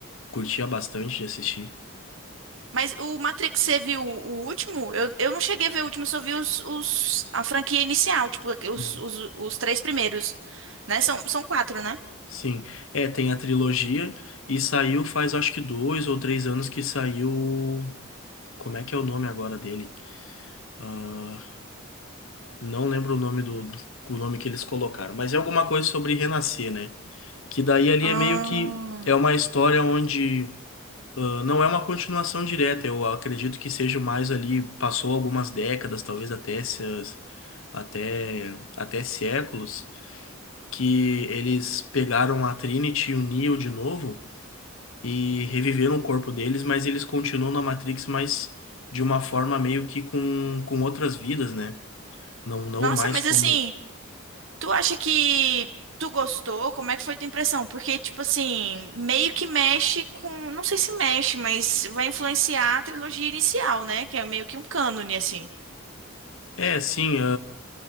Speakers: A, on the left (about 70°); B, on the right (about 60°).
A: curtia bastante de assistir.
B: Mas o Matrix, você viu o último? Eu, eu não cheguei a ver o último, eu só vi os, os, a franquia inicial, tipo, os,
A: Bom.
B: os, os três primeiros, né? São, são quatro, né?
A: Sim, é, tem a trilogia e saiu faz acho que dois ou três anos que saiu. Como é que é o nome agora dele? Ah, não lembro o nome do, do- o nome que eles colocaram, mas é alguma coisa sobre renascer, né? Que daí ali
B: Ah,
A: é meio que é uma história onde ah, não é uma continuação direta. Eu acredito que seja mais ali, passou algumas décadas, talvez até se- até, até séculos, que eles pegaram a Trinity e o Neo de novo e reviveram o corpo deles, mas eles continuam na Matrix, mas de uma forma meio que com, com outras vidas, né? Não, não
B: nossa,
A: mais
B: mas
A: como.
B: assim, tu acha que tu gostou? Como é que foi tua impressão? Porque, tipo assim, meio que mexe com. Não sei se mexe, mas vai influenciar a trilogia inicial, né? Que é meio que um cânone, assim.
A: É, sim,